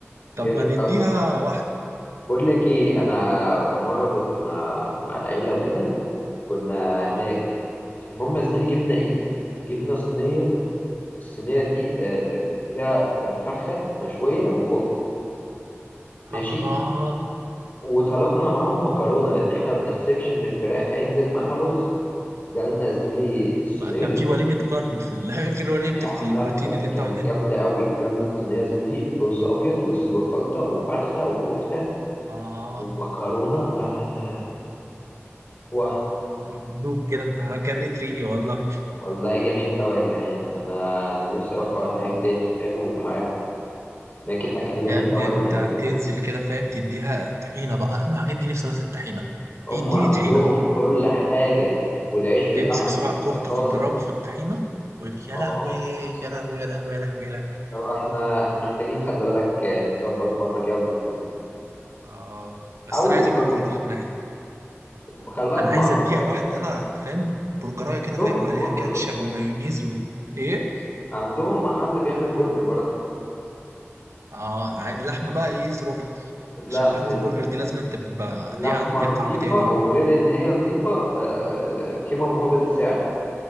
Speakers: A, on the left (about 40°); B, on the right (about 85°).
A: جامد
B: طب ما نديها
A: قوي
B: واحدة
A: بقول لك ايه انا مره كنت مع مع العيله وكده كنا
B: اه
A: هناك المهم يا زميلي جبنا ايه جبنا صينيه الصينيه دي آه، آه، فيها فرخه مشويه وكفته ماشي
B: اه
A: وطلبنا معاهم مكرونة لأن احنا ما بنحسبش إن الفراخ هينزل معاها رز جالنا زميلي الصينية
B: بقى كان في وليمة كارب في ال- <laughs> غير وليمة
A: لا
B: البروتين
A: لا ك-
B: اللي انت
A: كانت
B: عاملينها
A: جامدة قوي جالنا الصينية زميلي رز أبيض ورز بخلطة وفرخة وكفتة
B: اه
A: ومكرونة لا لا لا لا واه
B: انا بدوب كده انت جريت ريقي والله
A: والله جامد قوي يا جدعان أنا أنا نفسي أروح هناك
B: اه
A: تاني فاهم ويبقى معاكم هناك الأكل جامد
B: يا ابني
A: قوي
B: انت
A: يا جدعان بجد
B: تنزل كده فاهم تديها طحينه بقى اهم حاجه اديني صلصه الطحينه
A: هم
B: اديني
A: عندهم
B: طحينه
A: كل حاجة والعيش بتاعهم
B: تمسك صباع
A: بيبقى
B: كفته
A: طازة
B: تضربه في الطحينه ويف- يا
A: اه
B: لهوي يا لهوي يا لهوي يا لهوي يا لهوي
A: طبعا احنا احنا محتاجين خلي بالك آه، نظبط مرة كده وننزل هناك
B: اه بس
A: او
B: انا عايز اكل
A: او
B: برجر انا
A: خلي بالك
B: انا
A: هم
B: عايز
A: عندهم
B: اديها
A: برضو
B: واحده لا فاهم برجرايه
A: عندهم
B: كده فاهم عليها
A: برجر
B: كاتشب
A: برضو
B: ومايونيز و... ايه
A: عندهم محل بيعمل برجر برضو
B: اه ع- اللحمه بقى ايه ظروفها
A: لا
B: عشان لحمه
A: بال-
B: البرجر دي لازم تبقى
A: لحمة
B: ليها ليها
A: نضيفة
B: طعم تاني
A: وغير ان هي نضيفة آه، قيمة مقابل سعر